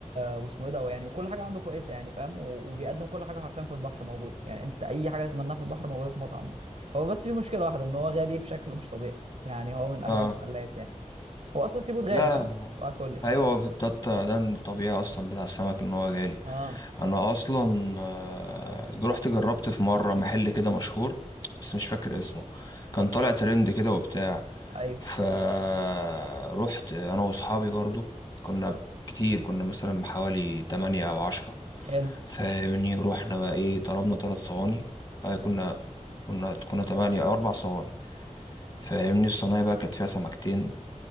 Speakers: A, on the right (about 60°); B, on the left (about 35°).
A: واسمه ايه ده يعني وكل حاجه عنده كويسه يعني فاهم و... وبيقدم كل حاجه حرفيا في البحر موجوده يعني انت اي حاجه تتمناها في البحر موجوده في المطعم ده هو بس في مشكله واحده ان هو غالي بشكل مش طبيعي يعني هو من اغلى
B: اه
A: المحلات يعني هو اصلا سي فود غالي
B: لا
A: فاهم سؤال الفل يعني
B: ايوه هو في- ده ده الطبيعي اصلا بتاع السمك ان هو غالي
A: اه
B: انا اصلا آه، رحت جربت في مره محل كده مشهور بس مش فاكر اسمه كان طالع ترند كده وبتاع
A: ايوه
B: فروحت انا واصحابي برضو كنا كتير كنا مثلا حوالي 8 او 10
A: حلو
B: فمني رحنا بقى ايه طلبنا ثلاث صواني آه، كنا كنا كنا 8 او 4 صواني فاهمني الصينية بقى كانت فيها سمكتين